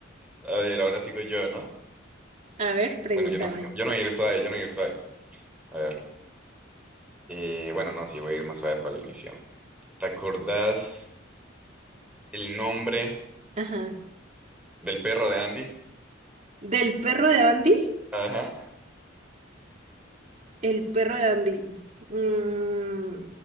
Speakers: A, in the centre; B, on the right.
A: A ver, ahora sigo yo, ¿no?
B: A ver, pregúntame.
A: Bueno, yo no, yo no voy a ir suave, yo no voy a ir suave. A ver. eh, bueno, no, sí, voy a ir más suave para el inicio. ¿Te acordás el nombre
B: Ajá.
A: del perro de Andy?
B: ¿Del perro de Andy?
A: Ajá.
B: El perro de Andy. Mm,